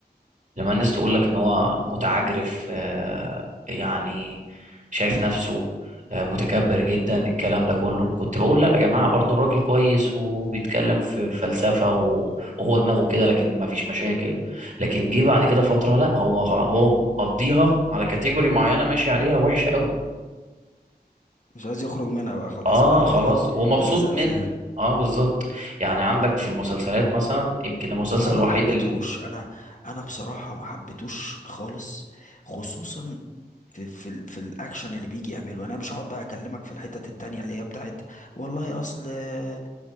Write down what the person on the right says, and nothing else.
لما الناس تقول لك ان هو متعجرف
آه، يعني شايف نفسه آه، متكبر جدا الكلام ده كله كنت بقول لا يا جماعة برضو الراجل كويس وبيتكلم في فلسفة و- وهو دماغه كده لكن ما فيش مشاكل لكن جه بعد كده فترة لا هو خلاص
هو مقضيها على كاتيجوري معينة ماشي عليها وحشة قوي
اه
خلاص
ومبسوط
منها
اه بالظبط يعني عندك في المسلسلات مثلا يمكن المسلسل
الوحيد
اللي